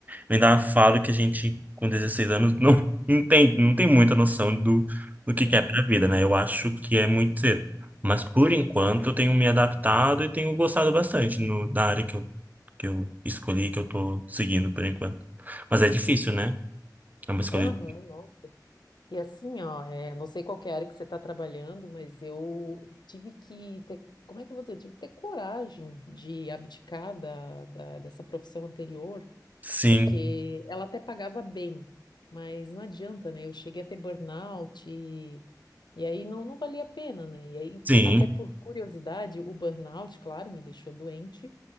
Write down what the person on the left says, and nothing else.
Não.
Aham, nossa. E assim, ó, é, não sei qual que é a área que você está trabalhando, mas eu tive que ter, como é que eu vou dizer? Tive que ter coragem de abdicar da, da- dessa profissão anterior
porque ela até pagava bem, mas não adianta, né? Eu cheguei a ter burnout e, e aí não, não valia a pena, né? E aí,
até por curiosidade, o burnout, claro, me deixou doente.